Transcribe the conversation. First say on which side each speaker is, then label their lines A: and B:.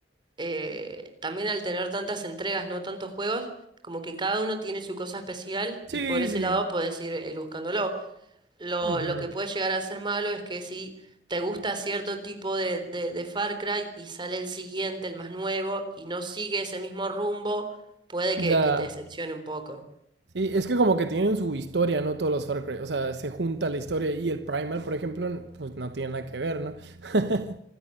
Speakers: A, on the right (about 25°); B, on the right (about 70°).
A: eh, también al tener tantas entregas, no tantos juegos, como que cada uno tiene su cosa especial y
B: Sí,
A: por ese
B: sí.
A: lado puedes ir, eh, buscándolo. Lo,
B: Ujú.
A: lo que puede llegar a ser malo es que si te gusta cierto tipo de, de, de Far Cry y sale el siguiente, el más nuevo, y no sigue ese mismo rumbo, puede
B: Ya.
A: que, que te decepcione un poco.
B: Sí, es que como que tienen su historia, ¿no? Todos los Far Cry. O sea, se junta la historia y el Primal, por ejemplo, pues no tiene nada que ver, ¿no? <laughs>